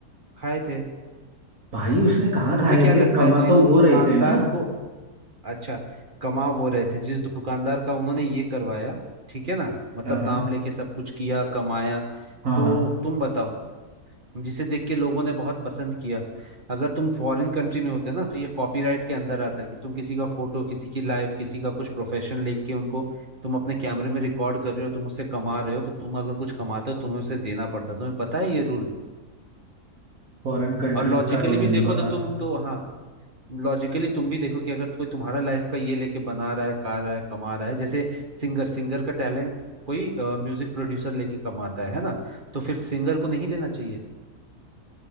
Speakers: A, on the right; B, on the right.
A: खाए थे
B: भाई उसने कहाँ
A: तुम्हें
B: खाए
A: क्या
B: थे
A: लगता
B: कमा
A: है जिस
B: तो वो
A: दुकानदार
B: रहे थे ना
A: को अच्छा कमा वो रहे थे जिस दुकानदार का उन्होंने ये करवाया ठीक है ना मतलब
B: हाँ हाँ
A: नाम लेके सब कुछ किया कमाया
B: हाँ
A: तो
B: हाँ
A: तुम बताओ जिसे देख के लोगों ने बहुत पसंद किया अगर तुम फॉरेन कंट्री में होते ना तो ये कॉपीराइट के अंदर आता कि तुम किसी का फोटो किसी की लाइफ किसी का कुछ प्रोफेशन लेके उनको तुम अपने कैमरे में रिकॉर्ड कर रहे हो तुम उससे कमा रहे हो तो तुम अगर कुछ कमाते हो तुम्हें उसे देना पड़ता है। तुम्हें पता है ये रूल
B: फॉरेन कंट्रीज
A: और लॉजिकली
B: का तो
A: भी
B: नहीं
A: देखो
B: पता
A: तो तुम तो हाँ लॉजिकली तुम भी देखो कि अगर कोई तुम्हारा लाइफ का ये लेके बना रहा है गा रहा है कमा रहा है जैसे सिंगर सिंगर का टैलेंट कोई म्यूजिक प्रोड्यूसर लेके कमाता है है ना तो फिर सिंगर को नहीं देना चाहिए